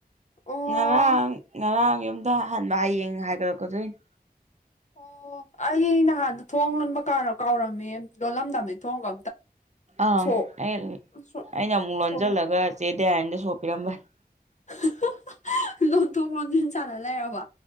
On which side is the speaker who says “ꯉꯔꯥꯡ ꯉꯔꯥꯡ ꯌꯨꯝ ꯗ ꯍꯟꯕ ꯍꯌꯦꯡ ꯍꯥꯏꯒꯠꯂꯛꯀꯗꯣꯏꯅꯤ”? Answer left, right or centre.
Right